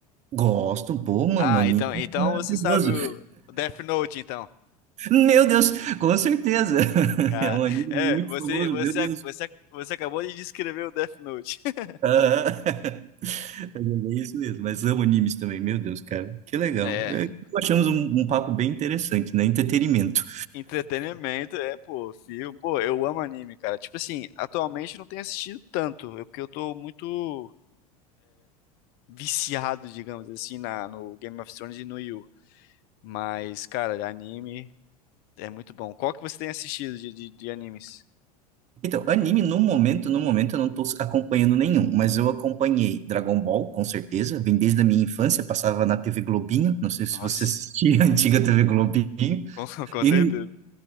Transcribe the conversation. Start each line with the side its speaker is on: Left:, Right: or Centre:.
Right: Gosto, pô, mano,
Left: Ah,
Right: anime
Left: então, então
Right: é maravilhoso.
Left: você sabe o o Death Note, então.
Right: Meu Deus, com certeza. <laughs>
Left: Ah,
Right: É um anime
Left: é,
Right: muito
Left: você,
Right: famoso,
Left: você,
Right: meu Deus.
Left: você, você acabou de descrever o Death Note. <laughs>
Right: Ah, <laughs> É isso mesmo, mas amo animes também, meu Deus, cara. Que legal.
Left: É,
Right: É, achamos um, um papo bem interessante, né? Entretenimento.
Left: entretenimento, é, pô, filme. Pô, eu amo anime, cara. Tipo assim, atualmente eu não tenho assistido tanto, é porque eu tô muito viciado, digamos assim, na, no Game of Thrones e no Yu. Mas, cara, anime é muito bom. Qual que você tem assistido de, de, de animes?
Right: Então, anime no momento, no momento eu não tô acompanhando nenhum, mas eu acompanhei Dragon Ball, com certeza, vem desde a minha infância, passava na TV Globinho, não sei se
Left: Nossa,
Right: você assistia <laughs> a antiga TV Globinho,
Left: <laughs> com, com
Right: e,
Left: certeza.